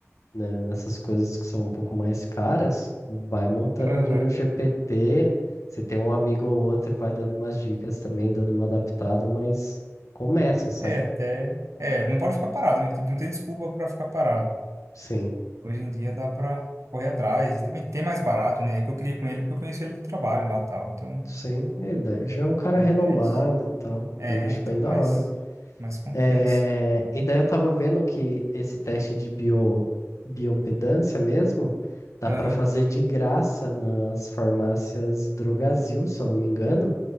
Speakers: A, on the left; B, on the right.
A: né, nessas coisas que são um pouco mais caras, vai montando
B: Aham.
A: ali no GPT. Se tem um amigo ou outro, vai dando umas dicas também, dando uma adaptada, mas começa, sabe?
B: É, até. É, não pode ficar parado, né? Tipo, não tem desculpa pra ficar parado.
A: Sim,
B: Hoje em dia dá pra correr atrás. E também tem mais barato, né? É que eu queria com ele porque eu conheci ele do trabalho lá e tal. Então,
A: sim. E daí já é um cara
B: mas
A: renomado
B: é isso.
A: e tal,
B: É,
A: mas acho
B: então,
A: bem da
B: mais,
A: hora.
B: mais confiança.
A: É, e daí eu tava vendo que esse teste de bio, bioimpedância mesmo dá
B: Aham.
A: para fazer de graça nas farmácias Drogasil, se eu não me engano,